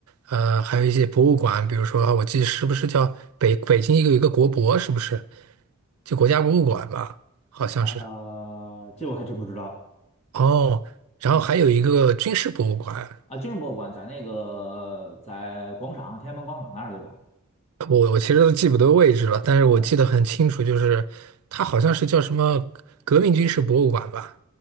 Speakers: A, on the right; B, on the left.
A: 呃，还有一些博物馆，比如说啊我记得是不是叫北北京一个有一个国博，是不是？就国家博物馆吧，好像是。
B: 嗯啊、这我还真不知道。
A: 哦，然后还有一个军事博物馆，
B: 嗯啊，军事博物馆在那个在广场天安门广场那儿对吧？
A: 我我其实都记不得位置了，但是我记得很清楚，
B: 嗯
A: 就是它好像是叫什么革命军事博物馆吧？